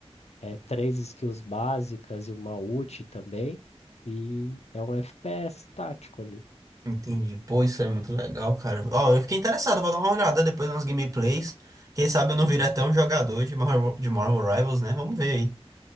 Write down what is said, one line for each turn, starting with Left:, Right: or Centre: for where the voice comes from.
Left: é, três skills básicas e uma ult também. E é um FPS tático ali.
Right: Entendi. Pô, isso é muito legal, cara. Ó, eu fiquei interessado, vou dar uma olhada depois nas gameplays. Quem sabe eu não vire até um jogador de Marvel, de Marvel Rivals, né? Vamos ver aí.